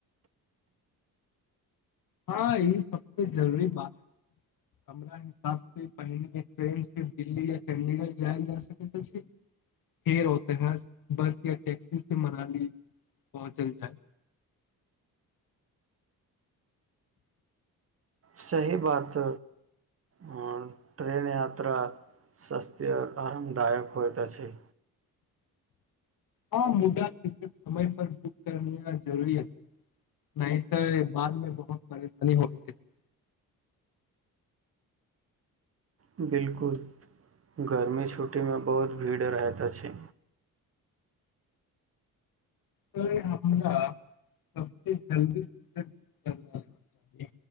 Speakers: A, on the left; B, on the right.
A: ह ई सबसे जरूरी बात अए हमरा हिसाब से पहिल के ट्रेन सीर्फ दिल्ली या चंडीगढ़ जायल जा सके त अछि। फेर होते है बस या टेक्सी से मनाली पहुँचल जाय
B: सही बात ह आ ट्रेन यात्रा सस्ते आ आरामदायक होइत अछि।
A: ह मुदाटिकट समय पर बुक करैनाय जरूरी अछि। ने तैय बाद मे बहुत परेशानी होयत अछि।
B: बिलकुल गर्मी छुटी में बहुत भीड़ रहैत अछि।
A: हय हमरा सब के जल्दी टिकट- बुक करना चाही